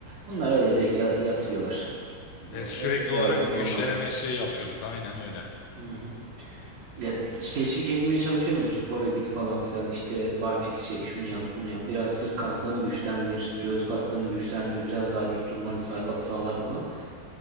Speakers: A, on the right; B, on the left.
A: Bunlar öyle direkt ya- yatıyorlar.
B: evet
A: O,
B: sürekli
A: o birazcık
B: olarak bir
A: da
B: güç
A: ondan.
B: denemesi yapıyorduk aynen öyle.
A: Hı hı. Ya işte teşvik etmeye çalışıyorum spora git falan filan işte barfiks çek şunu yap bunu yap biraz sırt kaslarını güçlendir göğüs kaslarını güçlendir biraz daha dik durmanı sağla- sağlar falan.